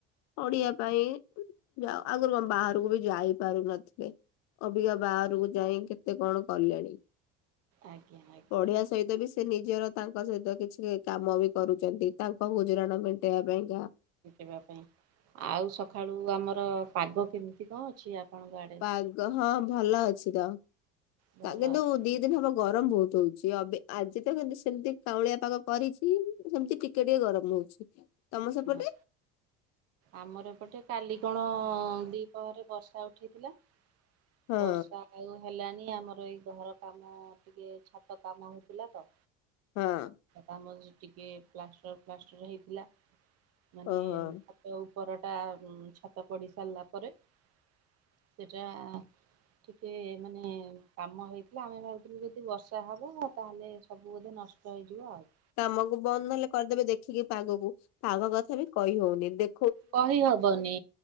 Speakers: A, on the left; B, on the right.
A: ପଢ଼ିଆ ପାଇଁ। ଯ ଆଗରୁ କଣ ବାହାରକୁ ବି ଯାଇ ପାରୁନଥିଲେ ଅବିକା ବାହାରକୁ ଯାଇଁ କେତେ କଣ କଲେଣି।
B: ଆଜ୍ଞା ଆଜ୍ଞା।
A: ପଢିବା ସହିତ ବି ସେ ନିଜର ତାଙ୍କ ସହିତ କିଛି କାମ ବି କରୁଛନ୍ତି ତାଙ୍କ ଗୁଜୁରାଣ ମେଣ୍ଟେଇବା ପାଇଁକା।
B: ଇବା ପାଇଁ ଆଉ ସକାଳୁ ଆମର ପାଗ କେମିତି କଣ ଅଛି? ଆପଣଙ୍କ ଆଡ଼େ?
A: ପାଗ ହଁ ଭଲ ଅଛି ତ,
B: ଭଲ
A: କିନ୍ତୁ
B: ଅଛି
A: ଦି ଦିନ ହବ ଗରମ ବହୁତ ହଉଛି ଅବେ ଆଜି ତ ସେମିତି କାଉଁଳିଆ ପାଗ କରିଛି ସେମିତିିକ କେ ଟିକେ ଗରମ ହଉଛି ତମ ସେପଟେ?
B: ହଁ ଆମର ଏପଟେ କାଲି କଣ ଦିପହରେ ବର୍ଷା ଉଠେଇଥିଲା।
A: ହଁ
B: ବର୍ଷା ଆଉ ହେଲାନି ଆମର ଏଇ ଘର କାମ ଟିକେ ଛାତ କାମ ହଉଥିଲା ତ।
A: ହଁ।
B: କାମର ଟିକେ ପ୍ଲାଷ୍ଟର ଫ୍ଲାଷ୍ଟର ହେଇଥିଲା ମାନେ
A: ଓହୋ
B: ଉପରଟା ଛାତ ପଡ଼ି ସାରିଲା ପରେ ସେଇଟା ଟିକେ ମାନେ କାମ ହେଇଥିଲା ଆମେ ଭାବୁଥିଲୁ ଯଦି ବର୍ଷା ହବ ତାହେଲେ ସବୁ ବୋଧେ ନଷ୍ଟ ହେଇଯିବ ଆଉ।
A: କାମକୁ ବନ୍ଦ ନହେଲେ କରିଦେବେ ଦେଖିକି ପାଗକୁ, ପାଗ କଥା ବି କହି ହଉନି ଦେ
B: କହିହବନି